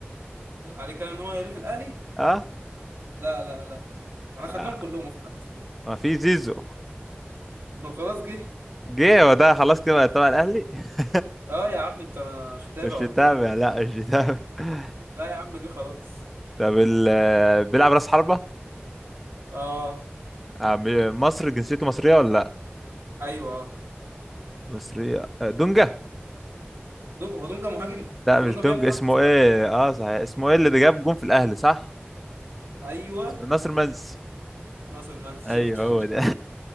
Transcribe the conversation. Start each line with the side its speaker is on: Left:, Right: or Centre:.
Right: عليه كلام ان هو هيروح الاهلي
Centre: اه
Right: لا لا لا
Centre: آه،
Right: انا خدناهم كلهم في حد
Centre: ما في زيزو
Right: ما هو خلاص جه
Centre: جه هو ده خلاص كده بقى تبع الاهلي <laughs>
Right: اه يا عم انت مش متابع
Centre: مش
Right: ولا
Centre: متابع
Right: ايه
Centre: لا مش متابع <laughs>
Right: لا يا عم جه خلاص
Centre: طب ال... بيلعب راس حربة
Right: اه
Centre: آه، م- مصر جنسيته مصرية ولا لا
Right: ايوه اه
Centre: مصرية آه، دونجا
Right: دونجا هو دونجا مهاجم
Centre: لا
Right: هو
Centre: مش
Right: دونجا
Centre: دونجا
Right: بيعرف يلعب
Centre: اسمه
Right: اصلا
Centre: ايه اه صحيح اسمه ايه اللي ده جاب جون في الاهلي صح
Right: ايوه
Centre: ناصر منسي
Right: ناصر منسي
Centre: ايوه
Right: شاطر
Centre: هو ده <laughs>